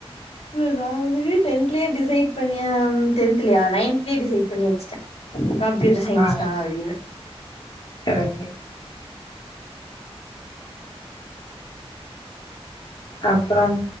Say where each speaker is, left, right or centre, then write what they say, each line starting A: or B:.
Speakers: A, on the left; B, on the left.
A: எதாவது டென்த் கிளியர் டிசைட் பண்ணியம் டென்தலையா நயன்த்லியே டிசைட் பண்ணி வச்சுட்டேன் கம்ப்யூட்டர்
B: ஓகே
A: சயின்ஸ் தான் அப்டினு
B: ஓகே அப்புறம்